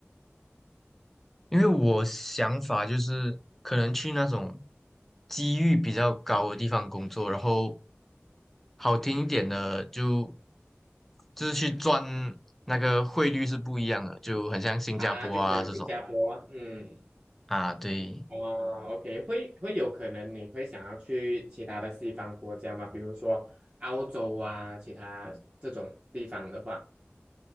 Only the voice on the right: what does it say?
啊，就可能新加坡，嗯，
哦，OK，会会有可能你会想要去其他的西方国家嘛，比如说澳洲啊，其他这种地方的话，